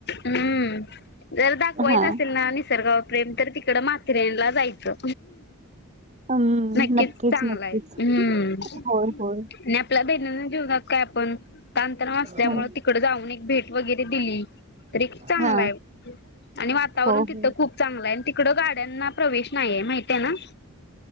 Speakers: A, on the left; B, on the right.
A: हम्म जर दाखवायचं
B: हा
A: असेल ना निसर्गावर प्रेम तर तिकडं माथेरेनला जायचं.
B: हम्म
A: नक्कीच चांगलं
B: नक्कीच
A: हाय हम्म.
B: होय होय
A: आणि आपला दैनंदिन जीवनात काय आपण ताणतणाव असल्यामुळे
B: हा
A: तिकडे जाऊन एक भेट वगैरे दिली. तरी चांगलं
B: हा
A: आहे आणि वातावरण
B: हो
A: तिथं
B: हो
A: खूप चांगलं आहे त इकडं गाड्यांना प्रवेश नाहीये माहित आहे ना??